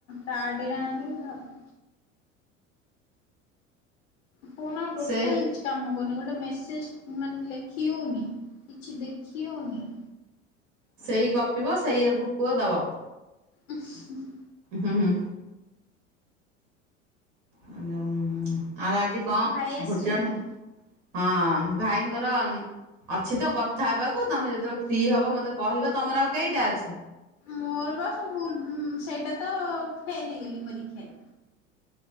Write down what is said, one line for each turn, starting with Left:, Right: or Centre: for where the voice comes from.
Left: କାର୍ଡରେ ଆଣିବି ଭାବୁ ଫୋନ ଆଉ ଟୋଟାଲ
Right: ସେ
Left: କିଛି କାମ କରୁନି ଗୋଟେ ମେସେଜ ମାନେ ଲେ ଖି ହୋଉନି କିଛି ଦେଖି ହୋଉନି।
Right: ସେଇ ଗପିବ ସେଇଆକୁ କୁହ ଦବ।
Left: ଉଁହ୍ ହୁଁ।
Right: ହୁଁ ହୁଁ। ଆଉ ଯୋଉଁ ଆଉ ଆଜି କଁ
Left: ଭାଇ ଆସିଛନ୍ତି?
Right: ଭୋଜନ? ହଁ ଭାଇଙ୍କର ଅମ୍ ଅଛି ତ କଥା ହେବାକୁ ତମେ ଯେତେବେଳେ ଫ୍ରି ହେବ ମୋତେ କହିବ ତମର ଆଉ କେଇଟା ଅଛି?
Left: ମୋର ବା ସବୁ ଗୁଁ ସେଇଟା ତ ଫେଲ ହେଇଗଲି ପରୀକ୍ଷାରେ।